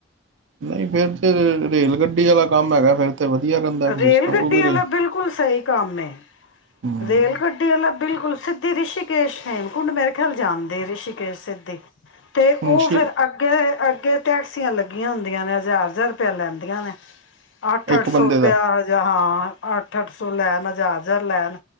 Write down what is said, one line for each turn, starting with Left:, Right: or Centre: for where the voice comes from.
Right: ਨਹੀਂ ਫੇਰ ਤੇ ਰੇਲ ਗੱਡੀ ਵਾਲਾ ਕੰਮ ਹੈਗਾ ਫੇਰ ਤੇ ਵਧੀਆ ਰਹਿੰਦਾ
Left: ਰੇਲ
Right: ਸਿਸਟਮ
Left: ਗੱਡੀ
Right: ਕਿਉਂਕਿ
Left: ਵਾਲਾ ਬਿਲਕੁਲ ਸਹੀ ਕੰਮ
Right: ਹੂੰ
Left: ਰੇਲ ਗੱਡੀ ਵਾਲਾ ਬਿਲਕੁਲ ਸਿੱਧੀ ਰਿਸ਼ੀਕੇਸ਼ ਹੇਮਕੁੰਡ ਮੇਰੇ ਖਿਆਲ ਜਾਣਦੇ ਰਿਸ਼ੀਕੇਸ਼ ਸਿੱਧੀ ਤੇ
Right: ਹੁਣ
Left: ਉਹ
Right: ਸ਼ਿਰ
Left: ਫੇਿਰ ਅੱਗੇ ਅ ਅੱਗੇ ਟੈਕਸੀਆਂ ਲੱਗੀਆਂ ਹੁੰਦੀਆਂ ਨੇ ਹਜ਼ਾਰ ਹਜ਼ਾਰ ਰੁਪਆ ਲੈਂਦੀਆਂ ਨੇ ਅੱਠ
Right: ਇੱਕ
Left: ਅੱਠ
Right: ਬੰਦੇ
Left: ਸੌ ਰੁਪਇਆ
Right: ਦਾ
Left: ਹਜਹਾ ਹਾਂ ਅੱਠ ਅੱਠ ਸੌ ਲੈਣ ਹਜ਼ਾਰ ਹਜ਼ਾਰ ਲੈਣ